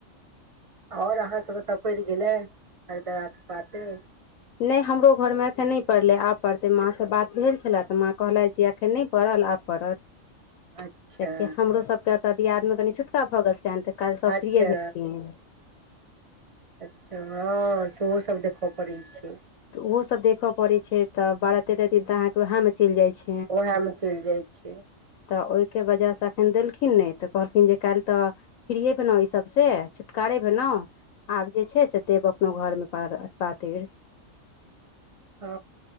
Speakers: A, on the right (about 35°); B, on the left (about 85°).
A: आओर अहाँसभतऽ पड़ि गेलै अरदराके पातैर
B: नहि हमरो घर मे एखन नहि पड़लै आब पड़ते माँ से बात भेल छले तऽ माँ कहलथि जे अखन नहि पड़ल आब कियकि
A: अच्छा
B: हमरो सबके तऽ दियाद में कनि छुटका भऽ गेल छलै काल्हि सब
A: अच्छा
B: फ्रिए भेलखिन
A: अच्छा हँ सेहो सभ देखऽ पड़ैत छै
B: तऽ ओहो सब देखय पड़े छै त बारह तेरह दिन तऽ अहाँ के वहै मे चलि जाय छै
A: ओहैमे चइल जाइ छियै
B: तऽ ओइके वजहसँ एखन देलखिन नहि तऽ कहलखिन जे काल्हि तऽ फ्रियए भेलहु ई सबसे छुटकारे भेलेहु आब जे छै से देब अपनो घरमे पातइर
A: ओ